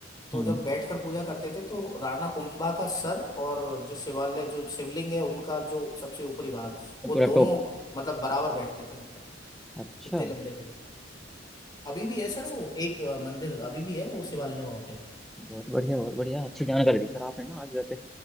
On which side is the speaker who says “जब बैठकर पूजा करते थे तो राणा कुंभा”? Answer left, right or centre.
Left